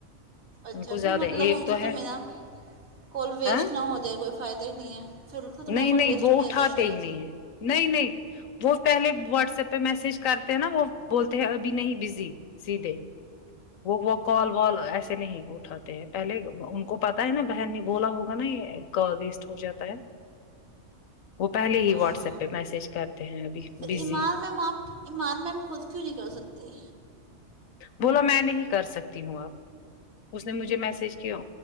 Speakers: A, on the right (about 55°); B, on the left (about 85°).
A: اچھا
B: ان کو
A: پھر
B: زیادہ
A: مطلب
B: ایک
A: ان سے
B: ہے
A: تو میرا کال ویسٹ
B: ہاں
A: نہ ہو جائے کوئی فائدہ ہی نہیں ہے پھر ان کو تو میرا
B: نہیں
A: کال
B: نہیں
A: ویسٹ
B: وہ
A: ہو
B: اٹھاتے
A: جائے گا شاید
B: ہی نہیں ہے نہیں نہیں وہ پہلے واٹس ایپ پہ میسج کرتے ہیں نا وہ بولتے ہیں ابھی نہیں بزی سیدھے وہ وہ کال والال ایسے نہیں اٹھاتے ہیں پہلے ان کو پتا ہے نا بہن نے بولا ہوگا نا یہ کا ویسٹ ہو جاتا ہے وہ پہلے ہی
A: ہاں
B: واٹس
A: ہاں
B: ایپ پہ میسج کرتے ہیں ابھی
A: پھر
B: بزی
A: ایمان میم آپ ایمان میں ہم خود کیوں نہیں کر سکتے
B: بولا میں نہیں کر سکتی ہوں اب اس نے مجھے میسج کیا